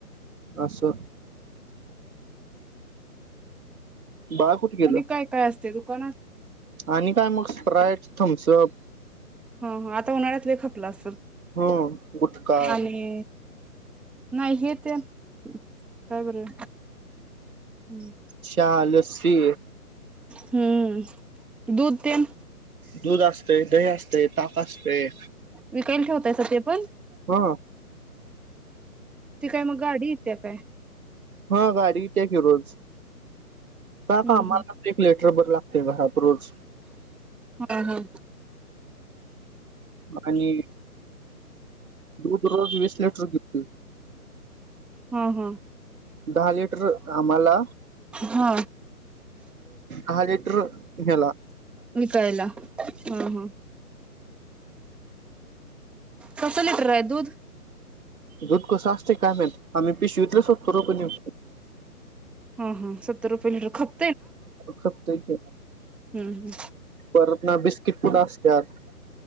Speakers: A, on the right; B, in the centre.
A: आसं. बाळ कुठे गेलं
B: आणि काय, काय असते दुकानात?
A: आणि काय मग स्प्राईट, थम्सअप
B: हं आता उन्हाळ्यात लय खपलं असल,
A: हम्म गुटखा
B: आणि नाही हे ते काय बरं. हम्म
A: चहा, लस्सी.
B: हं दुध, तेन.
A: दूध असत, दही अस ते, ताक असतय
B: विकायला ठेवतायसा ते पण
A: हां.
B: ती काय मग गाडी येत्या काय?
A: हां गाडी येत्या कि रोज. का
B: हम्म
A: कामाला <unintelligible> बर लागतय वं हात रोज
B: ह हो
A: मं आणी. दूध रोज वीस लिटर घेतोय.
B: ह ह
A: दहा लिटर आम्हाला
B: हा
A: हा लिटर न्हेला
B: विकायला हा हा! कसं लिटर आहे दूध?
A: दूध कस असत काय माहित, आम्ही पिशवीतलच ओपतो रोकड नेऊन.
B: हा हा सत्तर रुपये लिटर खप
A: खपतय की
B: हम्म हम्म
A: परतना बिस कित पुड असत्यात?